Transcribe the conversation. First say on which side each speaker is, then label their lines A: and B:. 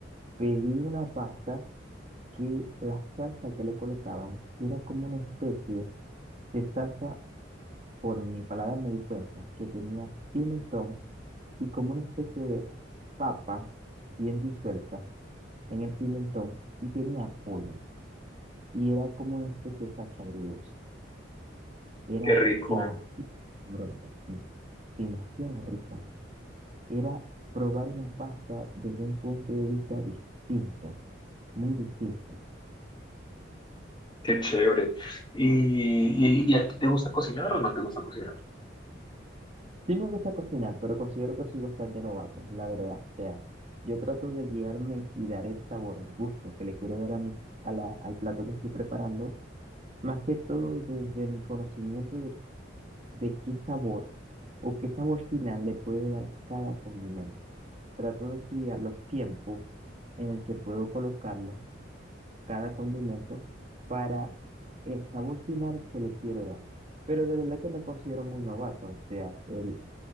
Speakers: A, on the right; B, on the left.
A: pedí una pasta. que la salsa que le colocaban era como una especie de salsa, por mi paladar me di cuenta, que tenía pimentón y como una especie de papa bien disuelta en el pimentón y tenía pollo. Y era como una especie de salsa agridulce. Era
B: Qué rico,
A: demasiado gruesa, sí, demasiado rica. Era probar una pasta desde un punto de vista distinto, muy distinto.
B: qué chévere. ¿Y, y, y a ti te gusta cocinar o no te gusta cocinar?
A: Sí me gusta cocinar, pero considero que soy bastante novato, la verdad. O sea, yo trato de guiarme y dar el sabor, el gusto que le quiero dar a mi- a la- al plato que estoy preparando, más que todo desde mi conocimiento de, de qué sabor o qué sabor final le puede dar cada condimento. Trato de estudiar los tiempos en el que puedo colocarlo, cada condimento, para el sabor final que le quiero dar. Pero de verdad que me considero muy novato, o sea, el